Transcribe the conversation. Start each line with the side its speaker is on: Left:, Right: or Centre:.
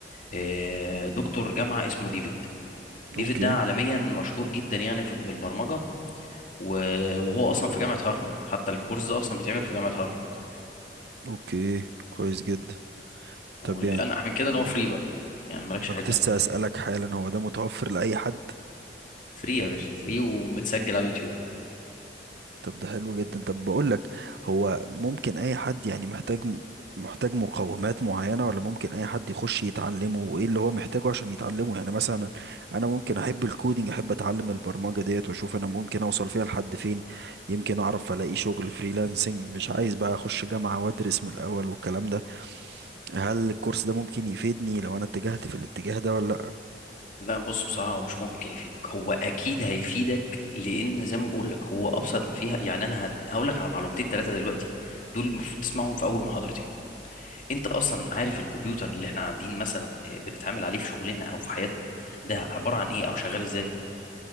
Left: آه، دكتور جامعة اسمه ديفيد ديفيد
Right: اوكي
Left: ده عالميا مشهور جدا يعني في- بالبرمجة و- وهو اصلا في جامعة هارفارد حتى الكورس ده اصلا بيتعمل في جامعة هارفارد
Right: اوكي كويس جدا
Left: والانجح
Right: طب يعني
Left: من كده ان
Right: مم.
Left: هو فري بقى يعني مالكش
Right: انا
Left: حاجة
Right: كنت لسه
Left: يا صاحبي
Right: اسالك حالا هو ده متوفر لاي حد
Left: فري يا باشا فري ومتسجل على اليوتيوب
Right: طب ده حلو جدا طب بقول لك هو ممكن اي حد يعني محتاج محتاج مقومات معينة ولا ممكن اي حد يخش يتعلمه وايه اللي هو محتاجه عشان يتعلمه يعني مثلا انا ممكن احب الكودينج احب اتعلم البرمجة ديت واشوف انا ممكن اوصل فيها لحد فين يمكن اعرف الاقي شغل فريلانسنج مش عايز بقى اخش جامعة وادرس من الاول والكلام ده هل الكورس ده ممكن يفيدني لو انا اتجهت في الاتجاه ده ولا لا
Left: لا بص بصراحة هو مش ممكن يفيدك هو أكيد هيفيدك لأن زي ما بقول لك هو أبسط ما فيها يعني أنا هقول لك على معلومتين ثلاثة دلوقتي دول المفروض تسمعهم في أول محاضرتين أنت أصلا عارف الكمبيوتر اللي إحنا قاعدين مثلا آه، بنتعامل عليه في شغلنا أو في حياتنا ده عبارة عن إيه أو شغال إزاي